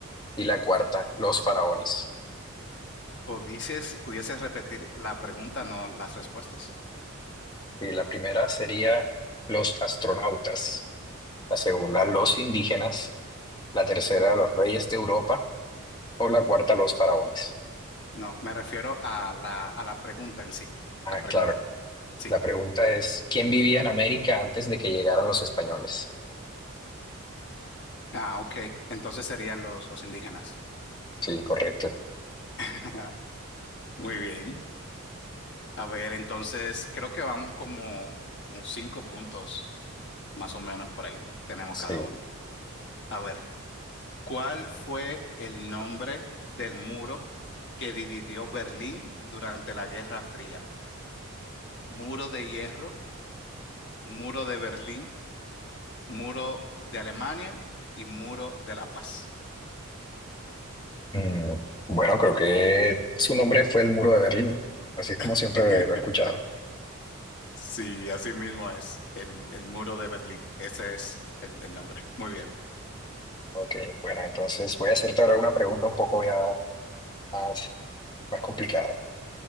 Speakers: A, on the left; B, on the left.
A: Y la cuarta, los faraones.
B: ¿Pudieses, pudieses repetir la pregunta, no las respuestas?
A: Y la primera sería los astronautas. La segunda, los indígenas. La tercera, los reyes de Europa. O la cuarta, los faraones.
B: No, me refiero a la, a la pregunta en sí.
A: Ah,
B: La pregunta,
A: claro.
B: sí.
A: La pregunta es, ¿quién vivía en América antes de que llegaran los españoles?
B: Ah, ok. Entonces serían los, los indígenas.
A: Sí, correcto.
B: <laughs> Muy bien. A ver, entonces creo que vamos como, como cinco puntos más o menos por ahí. Tenemos
A: Sí.
B: cada uno. A ver, ¿cuál fue el nombre del muro que dividió Berlín durante la Guerra Fría? Muro de hierro, muro de Berlín, muro de Alemania y muro de la paz.
A: Mm, bueno, creo que su nombre fue el Muro de Berlín, así es como
B: <laughs>
A: siempre lo he escuchado.
B: Sí, así mismo es el, el muro de Berlín. Ese es el, el nombre. Muy bien.
A: Ok, bueno, entonces voy a hacerte ahora una pregunta un poco ya más, más complicada,